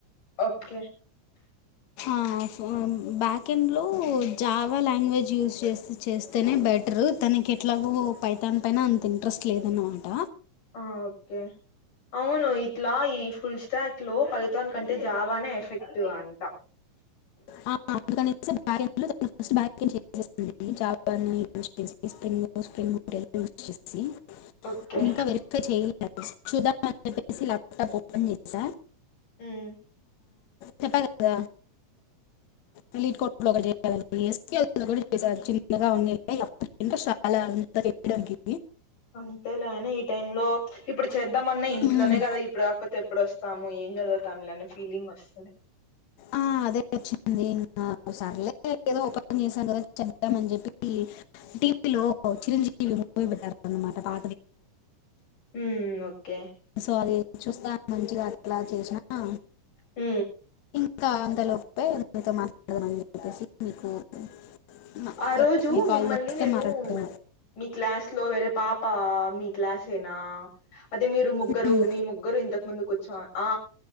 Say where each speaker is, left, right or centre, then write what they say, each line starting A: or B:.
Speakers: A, on the left; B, on the left.
A: ఓకే
B: ఆ ఫోను బ్యాక్ సెకం లో జావా లాంగ్వేజ్ యూస్ చే చేస్తేనే బెటర్ తన ఇంక ఎట్లాగూ పైతాన్ పైన అంత ఇంట్రెస్ట్ లేద అన్నమాట
A: ఆ ఓకే అవును ఇట్లా ఈ ఫుల్ స్టాక్ లో ప మొత్తాని కంటే జావానే ఎఫెక్ట్వ అంట
B: హ అందుకనే <unintelligible> చెక్ చేసింది జాపాన్ యూస్ చేసి స్పంగ్ స్ప్రింగ్ యూస్ చేసి
A: ఓకే
B: ఇంకా వెరిఫై చేయలేదు చూదాం అని చెప్పేసి ల్యాప్టాప్ ఓపెన్ చేశా
A: ఉమ్
B: చెప్పా కదా మళ్ళీ ఇటు కొ ఒకయాల చిన్నగా ఉనిది అలా నెంబర్ ఇవ్వడమేంటి
A: అంతేలేని ఈ టై లో ఇప్పుడు చేద్దామన్నా ఇంట్లోనే
B: మ్మ్.
A: కదా ఇప్పుడు కాకపోతే ఎప్పుడు వస్తాము ఏం చదివ తంలనే ఫీలింగ్ వస్తది
B: ఆ అదే వచ్చింది ఇంకా సర్లే ఏదో ఓపెన్న్ చేసాం కదా చెద్దాంమని చెప్పి టీవీలో చిరంజీవి ఇ పోయి పెట్టారు అన్నమాట పా
A: ఉ ఓకే
B: సో అది చూస్తా మంచిగా అట్లా చేసినా
A: ఉ
B: ఇంకా అంతలోపే నీతో మాట్లాడదాని చెప్పేసి మీకు మీరు
A: ఆ రోజు
B: కాల్
A: మిమ్మల్ని
B: చేస్తే
A: నేను
B: మాట్లాడుతున్నా
A: మీ క్లాస్ లో వేరే పాప మీ క్లాస్ ఏనా అదే మీరు ముగ్గురు
B: ఉమ్,
A: మీ ముగ్గురు ఇంతకు ముందు కూర్చో ఆ